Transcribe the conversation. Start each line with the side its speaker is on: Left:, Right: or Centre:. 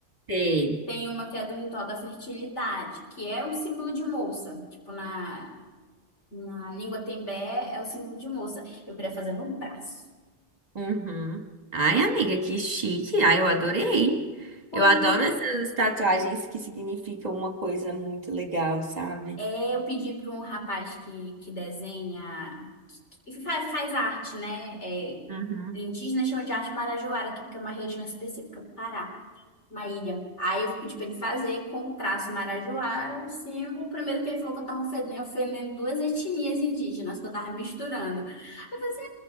Right: sei.
Left: Tem uma que é do ritual da fertilidade, que é um símbolo de moça. Tipo, na, na língua tembé é o símbolo de moça. Eu queria fazer no braço.
Right: Uhum. Ai, amiga, que chique. Ai, eu adorei.
Left: Pois
Right: Eu adoro essas tatuagens que significam uma coisa muito legal, sabe?
Left: é, eu pedi para um rapaz que, que desenha, que faz, faz arte, né? É,
Right: Uhum.
Left: indígena chama de arte marajoara, que é uma região específica do Pará. uma ilha. Aí eu pedi pra ele fazer com o traço marajoara, um símbolo. primeiro que ele falou que eu tava ofendendo, ofendendo duas etnias indígenas, que eu tava misturando. Aí eu falei assim,